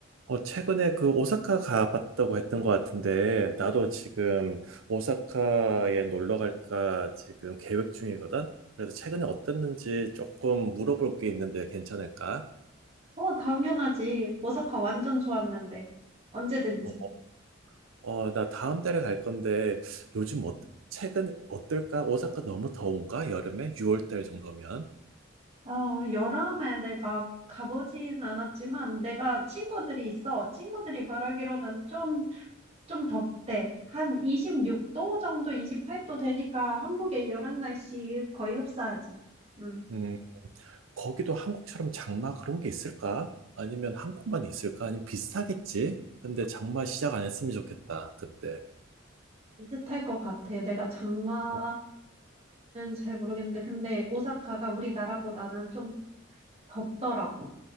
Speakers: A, on the right (about 85°); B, on the right (about 30°).
A: 어, 최근에 그 오사카 가봤다고 했던 것 같은데, 나도 지금 오사카에 놀러 갈까 지금 계획 중이거든? 그래서 최근에 어땠는지 조금 물어볼 게 있는데 괜찮을까?
B: 어, 당연하지. 오사카 완전 좋았는데. 언제든지.
A: 어, 어, 나 다음 달에 갈 건데, 요즘 어, 최근 어떨까? 오사카 너무 더운가? 여름에? 6월 달 정도면?
B: 어, 여름에 내가 가보진 않았지만, 내가 친구들이 있어. 친구들이 말하기로는 좀, 좀 덥대. 한 26도 정도, 28도 되니까 한국의 여름 날씨 거의 흡사하지. 음,
A: 음, 거기도 한국처럼 장마 그런 게 있을까? 아니면 한국만 있을까? 아니면 비슷하겠지? 근데 장마 시작 안 했으면 좋겠다, 그때.
B: 비슷할 것 같아. 내가 장마까지는
A: 어,
B: 잘 모르겠는데, 근데 오사카가 우리나라보다는 좀 덥더라고.